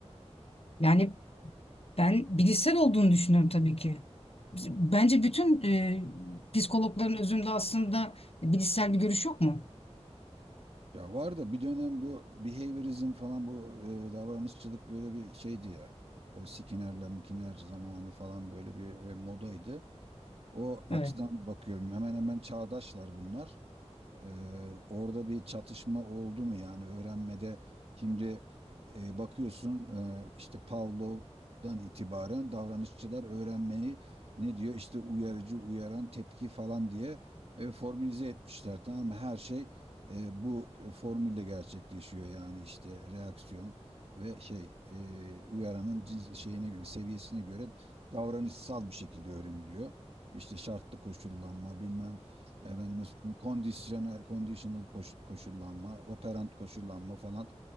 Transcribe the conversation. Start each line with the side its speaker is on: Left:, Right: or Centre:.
Left: Yani ben bilişsel olduğunu düşünüyorum tabii ki. Bence bütün e, psikologların özünde aslında bilişsel bir görüş yok mu?
Right: Ya var da bir dönem bu behaviorizm falan bu e, davranışçılık böyle bir şeydi ya. E, Skinner'le Mkinner zamanı falan böyle bir e, modaydı. O açıdan
Left: Evet.
Right: bakıyorum. Hemen hemen çağdaşlar bunlar. Ee, orada bir çatışma oldu mu yani öğrenmede şimdi e, bakıyorsun e, işte Pavlov'dan itibaren davranışçılar öğrenmeyi ne diyor işte uyarıcı uyaran tepki falan diye e, formülize etmişler tamam mı her şey e, bu formülle gerçekleşiyor yani işte reaksiyon ve şey e, uyaranın cins- şeyine göre seviyesine göre davranışsal bir şekilde öğreniliyor. İşte şartlı koşullanma bilmem Efendim mesela kondisyonel, conditional koş- koşullanma, operant koşullanma falan.